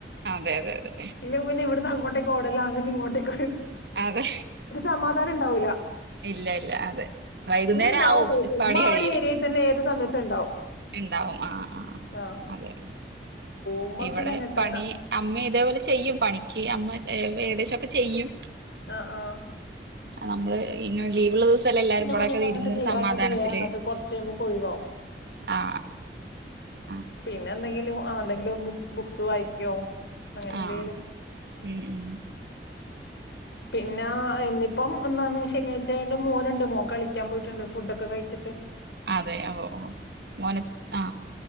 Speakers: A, on the right; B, on the left.
A: അതെ അതെ അതെ
B: ഇ പിന്നെ ഇവിടുന്ന് അങ്ങോട്ട് ഓടല അങ്ങട്ട് ഇങ്ങോട്ടേക്ക
A: അതെ
B: സമാധാനം ഉണ്ടാവില്ല
A: ഇല്ല ഇല്ല അതെ വൈകുന്നേരം
B: ഉണ്ടാവും
A: ആവും ചിപ്പാണി
B: ഉമ്മ
A: കഴിയൻ
B: ആ ഒരു ഏരിയയിൽ തന്നെ ഏത് സമയത്തും ഉണ്ടാവും
A: ഉണ്ടാവും ആഹ ആ
B: ആഹ്
A: അതെ
B: ഉമ്മക്കിന
A: ഇവിടെ
B: അങ്ങനത്തന്നാ
A: പണി അമ്മ ഇതേപോലെ ചെയ്യും പണിക്ക് മ ചെ ഏകദേശം ഒക്കെ ചെയ്യും
B: ആ ആ
A: അ നമ്മൾ ഇങ്ങനെ ലീവ് ഉള്ള ദിവ്സ അല്ലേ എല്ലാരും കൂടെ
B: പണിയൊക്കെ
A: ഒക്കെ
B: അങ്ങട്ട്
A: ഇരുന്ന്
B: ക്ലിയർ
A: സമാധാനത്തിൽ
B: ആക്കിട്ട് വേഗം അങ്ങട്ട് കുറച്ച് കഴിയുമ്പോ ഒഴിവാവും
A: ആ ആ
B: പിന്നെ എന്തെങ്കിലും ആ എന്തെങ്കിലും ബു ബുക്സ് വായിക്കോ അങ്ങനെ
A: ആ
B: എന്തെലും
A: ഉം
B: പിന്നാ ഇന്നിപ്പം ഒന്നാന്നി ശനിയാഴ്ച ആയോണ്ട് മോൻ ഇണ്ട് മോ കളിക്കാൻ പോയിട്ട് ഇണ്ട് ഫുഡൊക്കെ കഴിച്ച്ട്ട്
A: അതെ ഓ ഓ മോൻ എത് ആ